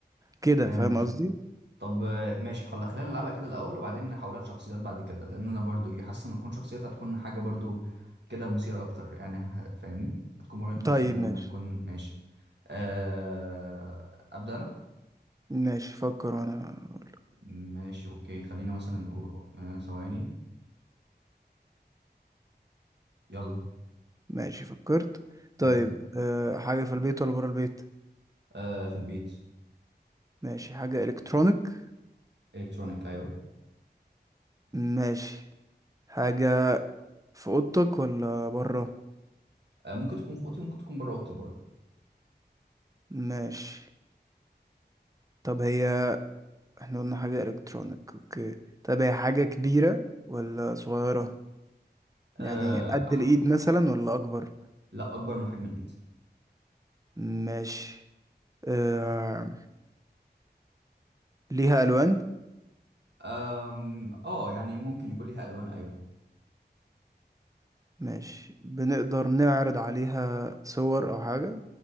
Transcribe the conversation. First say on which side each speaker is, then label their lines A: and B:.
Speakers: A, on the right; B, on the right.
A: كده
B: فهمت
A: فاهم قصدي
B: طب آه، ماشي خلا خلينا نلعبها كده الاول وبعدين نحولها لشخصيات بعد كده لان انا برضو ايه حاسس ان تكون شخصيات هتكون حاجه برضو كده مثيره اكتر يعني ه- فاهمني هتكون more interesting
A: طيب
B: يعني
A: ماشي
B: لما تكون ماشي آه، ابدا انا
A: ماشي فكر وانا أقول.
B: ماشي اوكي خلينا مثلا نقو- آه، ثواني يلا
A: ماشي فكرت طيب
B: ايوه
A: آه، حاجة في البيت ولا بره البيت
B: آه في البيت
A: ماشي حاجة الكترونيك
B: الكترونيك ايوه
A: ماشي حاجة في اوضتك ولا بره
B: آه ممكن تكون في اوضتي ممكن تكون بره اوضتي برضه
A: ماشي طب هي احنا قلنا حاجة الكترونيك اوكي طب هي حاجة كبيرة ولا صغيرة
B: آه
A: يعني قد
B: ح-
A: الايد مثلا ولا اكبر
B: لا اكبر من حجم الايد
A: ماشي أه ليها ألوان
B: آم، اه يعني ممكن يكون ليها الوان ايوه
A: ماشي بنقدر نعرض عليها صور أو حاجة